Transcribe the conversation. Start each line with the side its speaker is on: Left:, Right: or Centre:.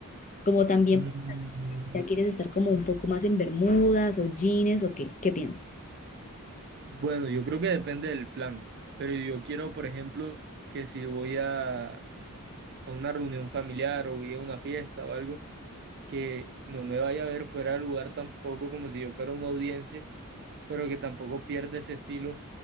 Left: Como también
Right: Mm,
Left: ya quieres estar como un poco más en bermudas o jeans o qué, ¿qué piensas?
Right: bueno, yo creo que depende del plan, pero yo quiero, por ejemplo, que si voy a, a una reunión familiar o voy a una fiesta o algo, que no me vaya a ver fuera de lugar tampoco como si yo fuera una audiencia, pero que tampoco pierda ese estilo